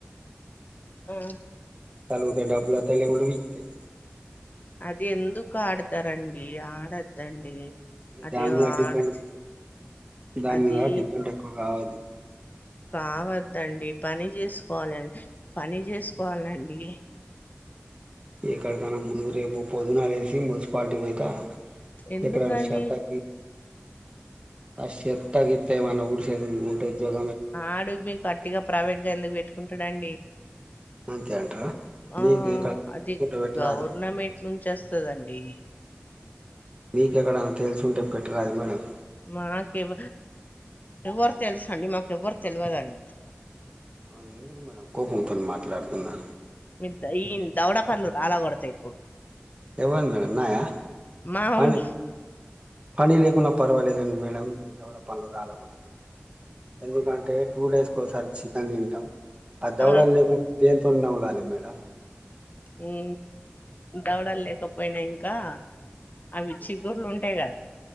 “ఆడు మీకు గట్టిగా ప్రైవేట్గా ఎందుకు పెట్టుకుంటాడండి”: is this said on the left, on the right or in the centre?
Left